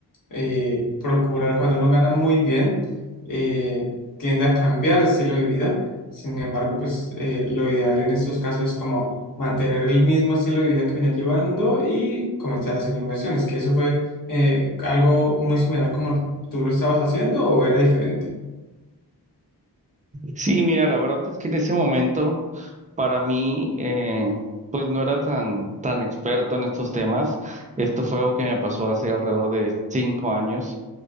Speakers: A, on the left (about 50°); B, on the right (about 20°).
A: eh, procurar, cuando uno gana muy bien, eh, tiende a cambiar el estilo de vida. Sin embargo, pues eh, lo ideal en estos casos es como mantener el mismo estilo de vida que venía llevando y comenzar a hacer inversiones, que eso fue eh, algo muy similar como tú lo estabas haciendo o era diferente.
B: Sí, mira, la verdad es que en ese momento para mí, eh, pues no era tan, tan experto en estos temas. Esto fue algo que me pasó hace alrededor de cinco años.